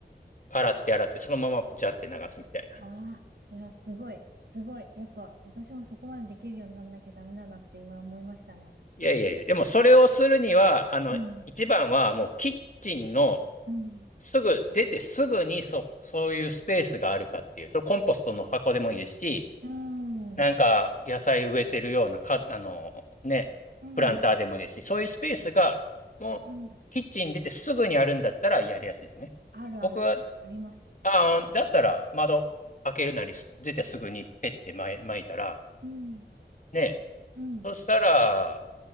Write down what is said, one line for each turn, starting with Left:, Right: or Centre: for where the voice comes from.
Left: 洗って洗って、そのままジャって流すみたいな。
Right: ああ、いや、すごい、すごい。やっぱ、私もそこまでできるようになんなきゃダメだなって今思いましたね。
Left: いやいや、でもそれをするには、あの、
Right: うん、
Left: 一番はもうキッチンの
Right: うん、
Left: すぐ、出てすぐにそ、そういうスペースがあるかっていう、そのコンポストの箱でもいいですし、
Right: うん、
Left: なんか野菜植えてるようなか、あのね、
Right: うん、
Left: プランターでもいいですし、そういうスペースがもうキッチン出てすぐにあるんだったらやりやすいですね。
Right: うん。あるある、
Left: 僕は、
Right: あります。
Left: ああ、だったら窓開けるなりす出てすぐにペッてまい撒いたら、
Right: うん、
Left: ね、
Right: うん、
Left: そしたら、